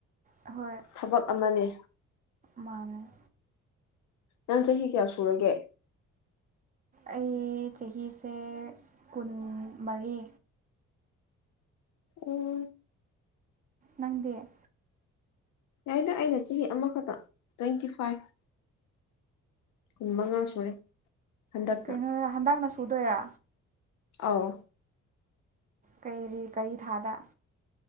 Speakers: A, on the right; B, on the left.
A: ꯍꯣꯏ
B: ꯊꯕꯛ ꯑꯃꯅꯤ
A: ꯃꯥꯟ
B: ꯅꯪ ꯆꯍꯤ ꯀꯌꯥ ꯁꯨꯔꯒꯦ
A: ꯑꯩ ꯆꯍꯤꯁꯦ ꯀꯨꯟ ꯃꯔꯤ
B: ꯎꯝ
A: ꯅꯪꯗꯦ
B: ꯌꯥꯏꯗ ꯑꯩꯅ ꯆꯍꯤ ꯑꯃꯈꯛꯇ ꯇ꯭ꯋꯦꯟꯇꯤ ꯐꯥꯏꯚ ꯀꯨꯟ ꯃꯉꯥ ꯁꯨꯔꯦ ꯍꯟꯗꯛꯅ
A: ꯀꯩꯅꯣꯗ ꯍꯟꯗꯛꯅ ꯁꯨꯗꯣꯏꯔꯥ
B: ꯑꯥꯎ
A: ꯀꯩꯔꯤ ꯀꯔꯤ ꯊꯥꯗ